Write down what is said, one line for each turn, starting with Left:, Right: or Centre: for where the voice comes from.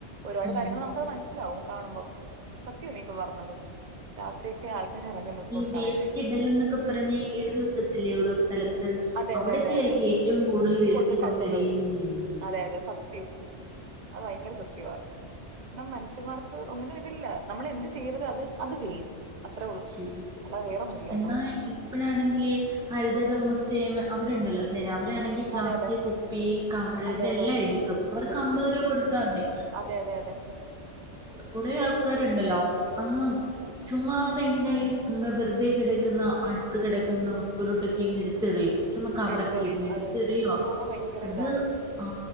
Right: ഒരുപാട്
Centre: ഉം
Right: കാര്യങ്ങൾ നമുക്കത് മനസ്സിലാവും കാണുമ്പോ സത്യം നീ ഇപ്പൊ പറഞ്ഞത് രാത്രിയൊക്കെ ആൾക്കാർ ഇറങ്ങുന്നത് കൊണ്ട്
Centre: വേസ്റ്റ്ടെൽ
Right: കളയാനായിട്ട്
Centre: എന്നൊക്കെ പറഞ്ഞ് എഴുതി വെക്കത്തില്ലേ ഓരോ സ്ഥലത്ത്
Right: അതെ
Centre: അവിടൊക്കെ
Right: അതെ അതെ അതെ
Centre: ആയിരിക്കും ഏറ്റവും കൂടുതൽ വേസ്റ്റ്
Right: കൊണ്ട് തട്ടുന്നത്
Centre: കൊണ്ടിടയും ചെയ്യുന്നു
Right: അതെ അതെ സത്യം അത് ഭയങ്കര സത്യവാ എന്ന മനുഷ്യന്മാർക്ക് ഒന്നിനും ഇതില്ല നമ്മൾ എന്ത് ചെയ്യരുത് അത് അത് ചെയ്യും അത്രേ ഉള്ളൂ
Centre: ശരി
Right: അല്ലാതെ വേറൊന്നും ഇല്ല കേട്ടോ
Centre: എന്നാ ഇപ്പഴാണെങ്കിൽ ഹരിതകർമ്മസേ അവ അവരാണെങ്കിൽ പ്ലാസ്റ്റിക്
Right: അതെ അതെ
Centre: കുപ്പി കവറ്
Right: അതെ
Centre: ഇതെല്ലാം
Right: അതെ
Centre: എടുക്കും അവർക്ക്
Right: എടുക്കും
Centre: അമ്പത്ര കൊടുത്താൽ മതി
Right: അതെ അതെ അതെ
Centre: കൊറേ ആൾക്കാരുണ്ടല്ലോ അങ്ങ് ചുമ്മാ ങ്ങനെ ഈ വെറുതെ കിടക്കുന്ന അടുത്ത് കിടക്കുന്ന വസ്തുലോട്ടൊക്കെ എങ്ങ തെറിയും ചച്ചമ കവറയ്ക്ക
Right: എടുത്തെറിയും
Centre: ഇ എടുത്ത്
Right: അതെ
Centre: അറിയോ
Right: ഇതൊക്കെ ആകുമ്പോ ഭയങ്കര
Centre: അത്
Right: ഇതാ
Centre: ആ